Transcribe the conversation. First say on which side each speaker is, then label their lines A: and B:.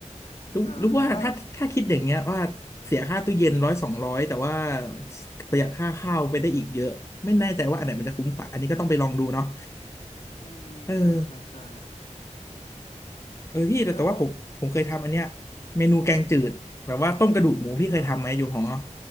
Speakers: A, on the left; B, on the left.
A: รู้รู้ว่าถ้าถ้าคิดอย่างเงี้ยว่าเสียค่าตู้เย็นร้อยสองร้อยแต่ว่า
B: เออแล้วก็แบบ
A: ประหยัดค่าข้าวไปได้อีกเยอะไม่แน่ใจว่าอันไหนมันจะคุ้มกว่าอันนี้ก็ต้องไปลองดูเนาะ
B: อืมใช่ใช่ใช่
A: เออ เออพี่แต่แต่ว่าผมผมเคยทำอันเนี้ย
B: แล้ว
A: เมนูแกงจืดแบบว่าต้มกระดูกหมูพี่เคยทำไหมอยู่หอ
B: อ่า